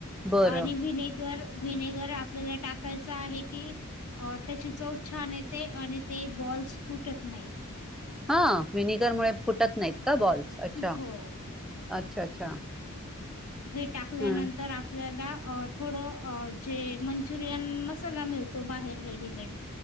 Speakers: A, in the centre; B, on the left.
A: बरं
B: आणि विनयकर विनेगर आपल्याला टाकायचा आहे की त्याची चवथ छान येते आणि ते बॉल्स फुटत नाही
A: हा विनिगर मु फुटत नाहीत का बॉल्स अच्छा
B: हो
A: अच्छा अच्छा
B: हे टाकल्यानंतर
A: हा
B: आपल्याला अ थोडं जे मंचुरियन मसाला मिळतो बाहेर रेडीमेड